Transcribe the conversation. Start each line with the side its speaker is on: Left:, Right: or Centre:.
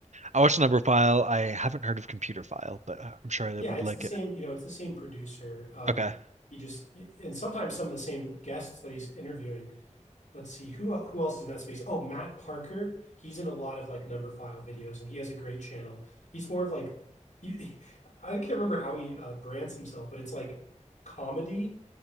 Right: I watched Number File. I haven't heard of Computer File, but I'm sure I
Left: Yeah,
Right: would
Left: it's
Right: like
Left: the same,
Right: it.
Left: you know, it's the same producer. Um,
Right: Okay.
Left: he just and sometimes some of the same guests that he's interviewing. Let's see who el- who else is in that space. Oh, Matt Parker. He's in a lot of like number file videos, and he has a great channel. He's more of like, he, <laughs> I can't remember how he uh, brands himself, but it's like comedy